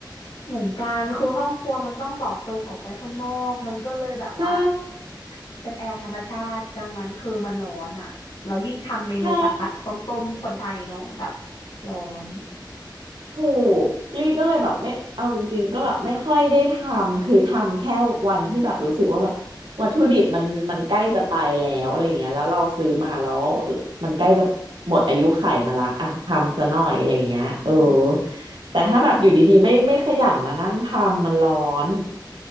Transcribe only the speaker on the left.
เหมือนกันคือห้องครัวมันต้องต่อเติมออกไปข้างนอกมันก็เลยแบบว่า
เป็นแอร์ธรรมชาติดังนั้นคือมันร้อนอ่ะเรายิ่งทำเมนูผัดผัดต้มต้มคนไทยเนาะแบบ
ร้อน
อืม